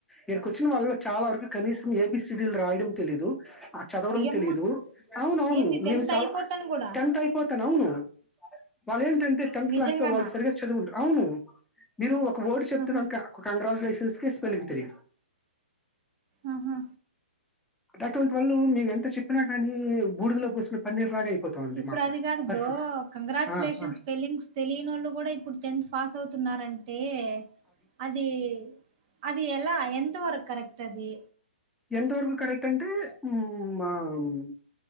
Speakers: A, in the centre; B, on the right.
A: ఈడకు వచ్చిన వాళ్ళ చాలా వరకు కనీసం ఏబీ సిడిలు రాయడం తెలీదు ఆ చదవడం
B: అయ్యమ్మ
A: తెలీదు అవున అవును
B: ఏంది టెన్త్
A: నేను చాలా
B: అయిపోతాను కూడా
A: టెన్త్ అయిపోతానే అవును వాళ్ళ ఏం అంటె టెన్త్
B: నిజంగానా
A: క్లాస్ లో వాళ్ళు సరిగా చదువుడరు అవును మీరు వర్డ్ చెప్తే
B: ఆహా
A: దానికి ఒక కంగ్రాట్యులేషన్ కే స్పెల్లింగ్ తెలీదు
B: ఆహా
A: అటువంటి వాళ్ళు మేము ఎంత చెప్పినా కాని బూడిదలో పోసిన పన్నీర్ లాగా అయిపోతుంది
B: ఇప్పుడు
A: మాకు
B: అది కాదు
A: పరిస్థితి
B: బ్రో కంగ్రాచ్యులేషన్స్
A: ఆ ఆ
B: స్పెల్లింగ్స్ తెలినోళ్ళు గూడా ఇప్పుడు టెన్త్ పాస్ అవుతున్నన్నారంటే టే అది అది ఎలా ఎం ఎంత వరకు కరెక్ట్ అది
A: ఎంతవరకు కరెక్ట్ అంటే హ్మ్ మ్మ్